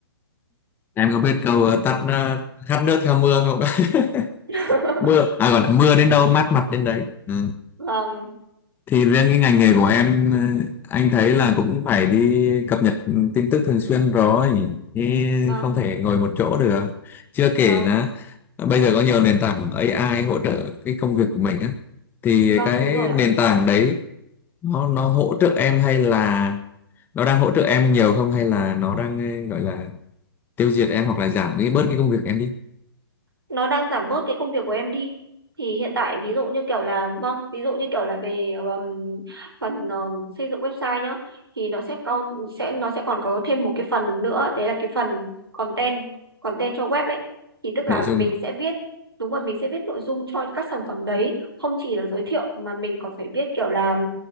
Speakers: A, on the left; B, on the right.
A: Em có biết câu ờ, tắt ờ, hát nước theo mưa không? <laughs>
B: <laughs>
A: Mưa, à gọi là mưa đến đâu mát mặt đến đấy. Ừ.
B: vâng
A: Thì riêng cái ngành nghề của em ờ, anh thấy là cũng phải đi cập nhật tin tức thường xuyên rồi. Thì
B: vâng
A: không thể ngồi một chỗ được. Chưa kể
B: vâng
A: là ờ, bây giờ có nhiều nền tảng AI hỗ trợ cái công việc của mình á. Thì
B: vâng
A: cái
B: đúng rồi
A: nền
B: ạ
A: tảng đấy nó nó hỗ trợ em hay là nó đang hỗ trợ em nhiều không hay là nó đang ờ, gọi là tiêu diệt em hoặc là giảm cái bớt cái công việc em đi?
B: nó đang giảm bớt cái công việc của em đi thì hiện tại ví dụ như kiểu là vâng ví dụ như kiểu là về um, phần um, xây dựng website nhá thì nó sẽ còn sẽ nó sẽ còn có thêm một cái phần nữa đấy là cái phần content content cho web ấy thì tức
A: nội
B: là mình
A: dung
B: sẽ viết đúng rồi mình sẽ viết nội dung cho các sản phẩm đấy không chỉ là giới thiệu mà mình còn phải viết kiểu là um,